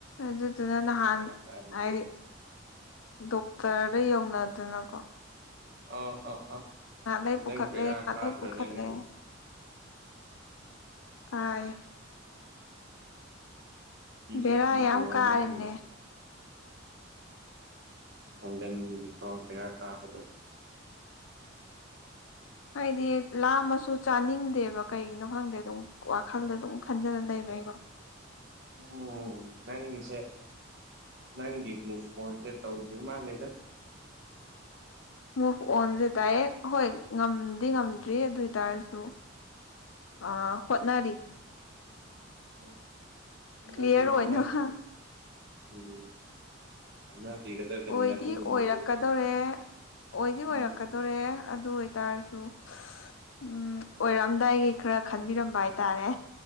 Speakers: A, on the left; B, on the right.
A: ꯑꯗꯨꯗꯨꯅ ꯅꯍꯥꯟ
B: ꯑ ꯇꯥꯔꯦ
A: ꯍꯥꯏꯗꯤ ꯗꯣꯛꯇꯔꯗ ꯌꯧꯅꯗꯅꯀꯣ
B: ꯑ ꯑ ꯑ
A: ꯅꯍꯂꯦ
B: ꯅꯪ
A: ꯄꯨꯈꯠꯂꯦ
B: ꯕꯦꯔꯥ
A: ꯅꯍꯦ
B: ꯀꯥꯗ꯭ꯔꯥ
A: ꯄꯨꯈꯠꯂꯦ
B: ꯅꯪꯒꯤꯗꯨꯗꯤ
A: ꯀꯥꯏ
B: ꯀꯖ
A: ꯕꯦꯔꯥ
B: ꯀꯤꯗ꯭ꯔꯕꯅꯪ
A: ꯌꯥꯝ ꯀꯥꯔꯦꯅꯦ
B: ꯂꯩ ꯑꯣꯗꯦꯟ ꯃꯤ ꯀ ꯄꯦꯔ ꯀꯥ ꯍꯧꯗꯣ
A: <inaudible> ꯍꯥꯏꯗꯤ ꯂꯥꯝ ꯃꯁꯨ ꯆꯥꯅꯤꯡꯗꯦꯕ ꯀꯩꯒꯤꯅꯣ ꯈꯪꯗꯦ ꯑꯗꯨꯝ ꯋꯥꯈꯜꯗ ꯑꯗꯨꯝ ꯈꯟꯖꯅ ꯂꯩꯕ ꯑꯩꯀꯣ <inaudible>
B: ꯎꯝ ꯅꯪꯤꯁꯦ ꯅꯪꯒꯤ ꯃ ꯐꯣꯟꯣꯟꯁꯦ ꯇꯧꯗ ꯃꯥꯜꯂꯤꯗ
A: ꯃꯨꯚ ꯑꯣꯟꯁꯦ ꯗꯥꯏꯔꯦꯛ ꯍꯣꯏ ꯉꯝꯗꯤ ꯉꯝꯗ꯭ꯔꯤ ꯑꯗꯨꯏ ꯇꯔꯁꯨ ꯑ ꯍꯣꯠꯅꯔꯤ
B: ꯑ ꯍꯟꯅꯕꯤ
A: ꯀ꯭ꯂꯤꯌꯥꯔ ꯑꯣꯏꯅꯕ
B: ꯍꯟꯅꯕꯤꯌ ꯎꯝ ꯍꯣꯠꯅꯕꯤꯒꯗꯕꯅꯤ
A: ꯑꯣꯏꯗꯤ
B: ꯑꯗꯨꯒꯨꯝꯕꯗꯨꯗꯤ
A: ꯑꯣꯏꯔꯛꯀꯗꯣꯔꯦ ꯑꯣꯏꯗꯤ ꯑꯣꯏꯔꯛꯀꯗꯣꯔꯦ
B: ꯎꯝ
A: ꯑꯗꯨ ꯑꯣꯏ ꯍꯥꯏꯇꯥꯔꯁꯨ ꯎꯝ ꯑꯣꯏꯔꯛꯑꯝꯗꯥꯏꯒꯤ ꯈꯔ ꯈꯟꯕꯤꯔꯝꯕ ꯍꯥꯏꯇꯥꯔꯦ